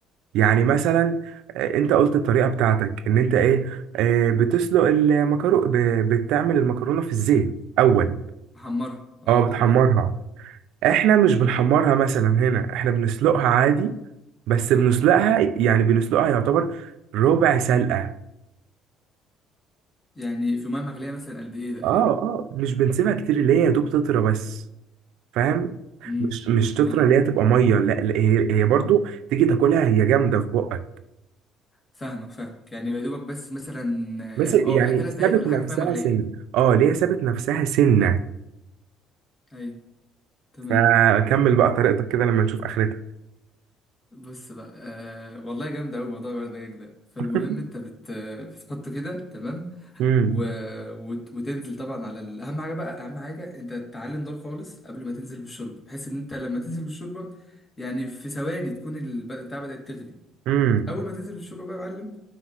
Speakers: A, on the right; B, on the left.
A: يعني مثلا آه، انت قلت الطريقه بتاعتك ان انت ايه آه، بتسلق المكرونه بتعمل المكرونه في الزيت اول
B: بحمرها اه
A: اه
B: بحمرها
A: بتحمرها احنا مش بنحمرها مثلا هنا احنا بنسلقها عادي بس بنسلقها يعني بنسلقها يعتبر ربع سلقة
B: يعني في ميه مغليه مثلا قد ايه تقريبا
A: اه اه مش بنسيبها كتير اللي هي يا دوب تطرى بس فاهم
B: امم
A: مش مش
B: تمام
A: تطرى اللي هي تبقى مية لا لا، هي هي برضو تيجي تاكلها هي جامدة في بقك
B: فاهمك فاهمك يعني يا دوبك بس مثلا
A: بس يعني
B: اه آه، يعني ثلاث
A: سابت
B: دقايق ولا
A: نفسها
B: حاجه في ميه مغليه
A: سنة اه اللي هي سابت نفسها سنة
B: ايوه تمام
A: فكمل بقى طريقتك كده لما نشوف اخرتها
B: بص بقى آه والله جامد أوي موضوع الورد ده فالمهم
A: <laughs>
B: أنت بت... بتحطه كده تمام
A: امم
B: و... وت... وتنزل طبعا على ال... أهم حاجة بقى أهم حاجة أنت تعلي النار خالص قبل ما تنزل بالشوربة بحيث إن أنت لما تنزل بالشوربة يعني في ثواني تكون البدء بتاع بدأت تغلي
A: امم
B: أول ما تنزل بالشوربة بقى يا معلم